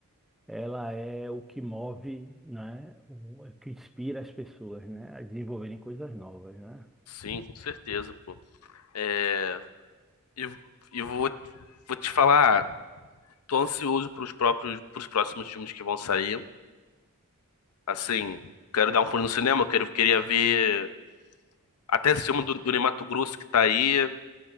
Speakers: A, in the centre; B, on the left.
A: ela é o que move, né? O, o que inspira as pessoas, né? A desenvolverem coisas novas, né?
B: sim, com certeza, pô. É, e, e vou, vou te falar, tô ansioso pros próprios, pros próximos filmes que vão sair. Assim, quero dar um pulo no cinema, quero, queria ver até esse filme do, do Ney Matogrosso que tá aí.